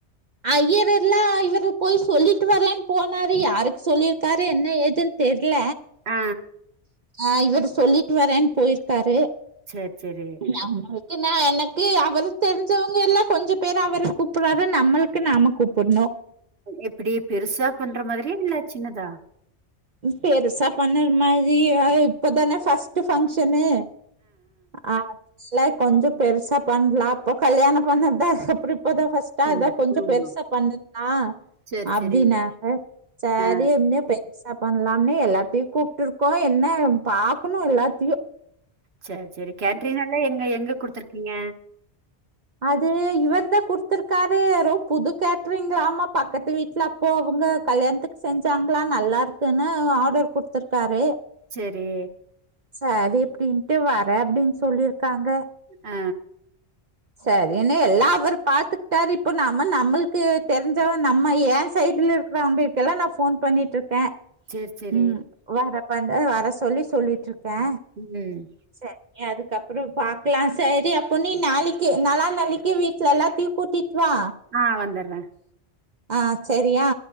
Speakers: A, on the right; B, on the right.
A: ஐயர் எல்லா இவரு போய் சொல்லிட்டு வரேன் போனாரு யாருக் சொல்லிர்க்காரு என்ன ஏதுன் தெர்ல
B: ஆ
A: ஆ இவுரு சொல்லிட்டு வரேன் போயிருக்காரு
B: சேர் சேரி
A: நம்மளுக் என்ன எனக்கு அவர்க் தெரிஞ்சவங்க எல்லா கொஞ்ச பேர அவரு கூப்பற்றாரு நம்மளுக் கு நாம கூப்பண்ணு
B: எப்படி பெருசா பண்ற மாதிரிய இல்ல சின்னதா
A: பெருசா பண்ண மாதிரி இப்பதானே ஃபர்ஸ்ட்டு ஃபங்சன்னு ஆ இல்ல கொஞ்சோ பெருசா பண்லா அப்போ கல்யாணம் பண்ணதுதா அதுக்கப்பறோ இப்பதா ஃபஸ்ட் டா
B: துண்டு
A: அதா கொஞ்சோ
B: ஆமா
A: பெருசா பண்ணதுலா
B: சேரி
A: அப்டின்ன
B: சேரி
A: சரி
B: ஆ
A: என்ன இப்ப பண்லான்னு எல்லாத்தியு கூப்ட்டு இருக்கோ என்ன பாக்கணு எல்லாத்தையு
B: சேர் சேரி கேட்ரிங் எல்லா எங்க எங்க குடுத்துருக்கீங்க
A: அது இவர்தா குடுத்துருக்காரு எதோ புது கேட்ரிங் ஆமா பக்கத்து வீட்ல போ அவுங்க கல்யாணத்துக் செஞ்சாங்ளா நல்லா இருக்குனு ஆர்டர் குட்த்துருக்காரு
B: சேரி
A: சரி அப்டின்ட்டு வரே அப்டின் சொல்லிர்க்காங்க
B: ஆ
A: சரினு எல்லா அவரு பாத்துக்ட்டாரு இப்போ நாம நம்மளுக்கு தெரிஞ்சவ நம்ம ஏ சைட்ல இருக்குறவுங்களுக் கெல்லா நா ஃபோன் பண்ணிட்ருக்கே
B: சேரி சேரி
A: ம் வரப்பந்த வர சொல்லி சொல்லிட்ருக்கே
B: ம்
A: சேரி அதுக்கப்புறோ பாக்கலா சேரி அப்ப நீ நாளைக் கி நாலா நாளைக்கி வீட்ல எல்லா தியு கூட்டிட் வா
B: ஆ வந்தற்ற
A: ஆ செரியா